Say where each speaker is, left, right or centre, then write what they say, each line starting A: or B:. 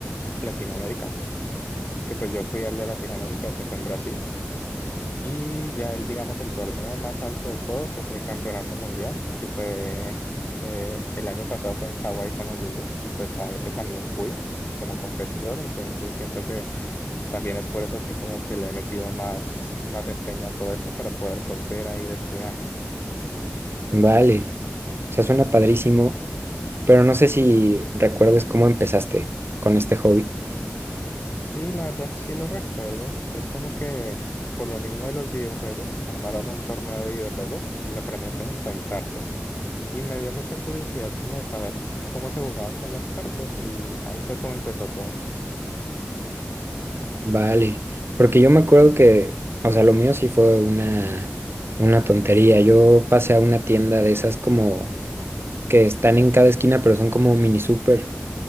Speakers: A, on the left (about 50°); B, on the right (about 60°).
A: Latinoamérica, que pues yo fui al de Latinoamérica, ese fue en Brasil. Y ya el, digamos, el torneo más alto de todos es el Campeonato Mundial, que fue, eh, el año pasado fue en Hawái, Honolulu, y pues a ese también fui como competidor, entonces siento que también es por eso que como que le he metido más, más empeño a todo esto para poder volver a ir este año.
B: Vale, o sea, suena padrísimo, pero no sé si recuerdes cómo empezaste con este hobby.
A: Sí, la verdad sí lo recuerdo. Es como que por lo mismo de los videojuegos, armaron un torneo de videojuegos y la premiación fue en cartas. Y me dio mucha curiosidad como saber cómo se jugaba con las cartas y ahí fue como empezó todo.
B: Vale, porque yo me acuerdo que, o sea, lo mío sí fue una, una tontería. Yo pasé a una tienda de esas como que están en cada esquina, pero son como mini super,